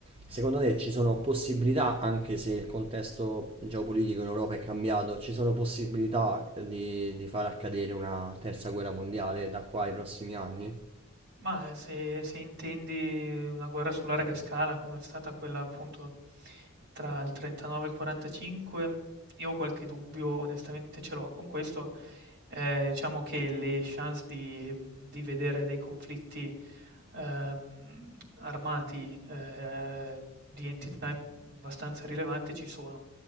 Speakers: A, on the right; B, on the right.
A: secondo te ci sono possibilità, anche se il contesto geopolitico in Europa è cambiato, ci sono possibilità eh, di, di far accadere una terza guerra mondiale da qua ai prossimi anni?
B: Mah, ehm, se se intendi una guerra su larga scala come è stata quella appunto tra il '39 e il '45, io ho qualche dubbio onestamente ce l'ho. Con questo, ehm, diciamo che le chance di mhmm, di vedere dei conflitti, ehm, armati, ehm, di entità im abbastanza rilevante ci sono.